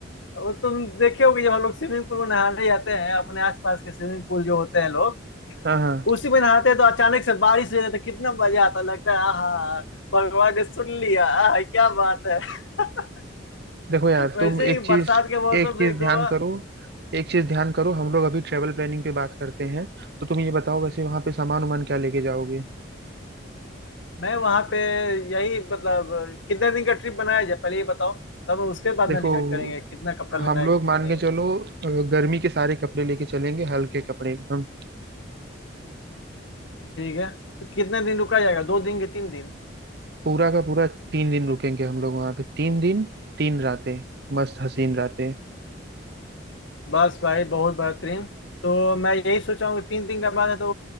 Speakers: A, on the left (about 80°); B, on the right (about 55°).
A: और तुम देखे होगे जब हम लोग स्विमिंग पूल में नहाने जाते हैं अपने आसपास के स्विमिंग पूल जो होते हैं लोग
B: हाँ हाँ
A: उसी में नहाते हैं तो अचानक से बारिश हो जाती है कितना मजा आता है, लगता है आहा भगवान ने सुन लिया आहा क्या बात है <laughs>
B: देखो यार
A: वैसे
B: तुम एक
A: ही
B: चीज
A: बरसात के मौसम
B: एक चीज
A: में
B: ध्यान
A: गोवा
B: करो एक चीज ध्यान करो हम लोग अभी ट्रेवल प्लानिंग पे बात करते हैं तो तुम ये बताओ वैसे वहां पे सामान उमान क्या लेके जाओगे
A: मैं वहां पे यही मतलब कितने दिन का ट्रिप बनाया जाए पहले ये बताओ तब हम उसके बाद
B: देखो
A: ना डिसाइड करेंगे कितना कपड़ा लेना
B: हम
A: है
B: लोग
A: कितना
B: मान
A: नहीं
B: के चलो अ, गर्मी के सारे कपड़े लेके चलेंगे हल्के कपड़े एकदम
A: ठीक है तो कितने दिन रुका जाएगा दो दिन के तीन दिन
B: पूरा का पूरा तीन दिन रुकेंगे हम लोग वहां पे तीन दिन तीन रातें मस्त हसीन रातें
A: बस भाई बहुत बेहतरीन तो मैं यही सोच रहा हूँ कि तीन दिन का बाद है तो